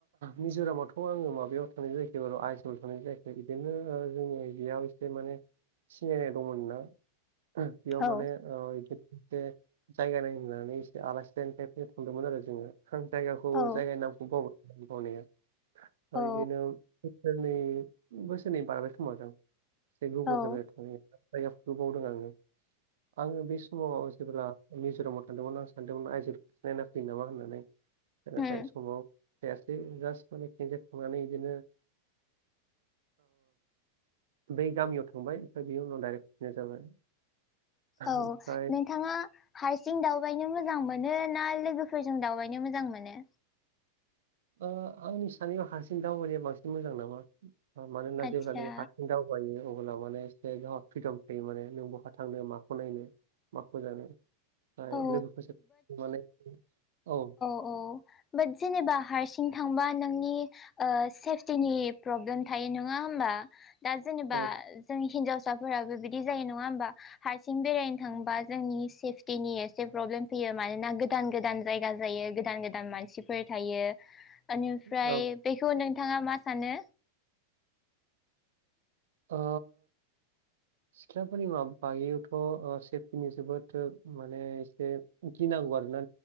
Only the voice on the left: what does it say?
औ
औ
औ
औ
उम
औ
नोंथाङा हारसिं दावबायनो मोजां मोनो ना लोगोफोरजों दावबायनो मोजां मोनो।
आदसा
औ
अ बाट जेनेबा हारसिं थांबा नोंनि ओ सेफटिनि प्रब्लेम थायो नङा होमबा दा जेनेबा
जोंनि हिनजावसाफोराबो बिदि जायो नङा होमबा हारसिं बेरायनो थांबा जोंनि सेफ टिनि एसे प्रब्लेम फैयो मानोना गोदान गोदान जायगा जायो गोदान गोदान मानसिफोर थायो। बेनिफ्राय
बेखौ नोंथाङा मा सानो।
<inaudible>